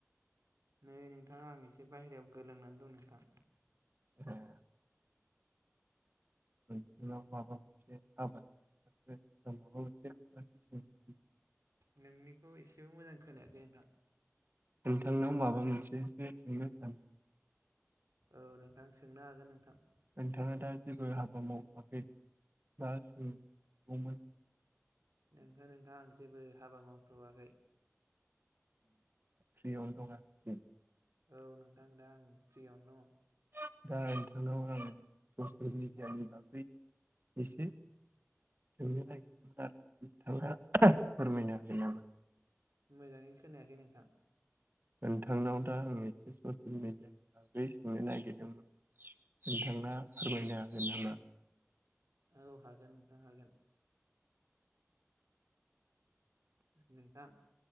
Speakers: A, on the right; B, on the right.
A: नै नोंथाङा आं एसे बाहहेरायाव गोलांनानै दं नोंथां‌।
B: ओ नोंथांनाव माबा मोनसे आबाद माबा मोनसे खोथासो सोंनो
A: नोंनिखौ एसेबो मोजां खोनायाखै नोंथां
B: नोंथांनाव माबा मोनसेसो सोंनो सान
A: औ नोंथां सोंनो हागोन नोंथां।
B: नोंथाङा दा जेबो हाबा मावथ'खै? <unintelligible>
A: नोंगौ नोंथाङ आं जेबो हाबा मावथ'वाखै।
B: फ्रियावनो दं आरो
A: औ नोंथां दा आं फ्रियावनो दङ।
B: <unintelligible> <unintelligible>
A: मोजाङै खोनायाखै नोंथां
B: नोंथांनाव दा आं एसे ससियेल मिडियानि बागै सोंनो नागिरदोंमोन। नोंथाङा फोरमायनो हागोन नामा?
A: औ हागोन नोंथां हागोन। नोंथां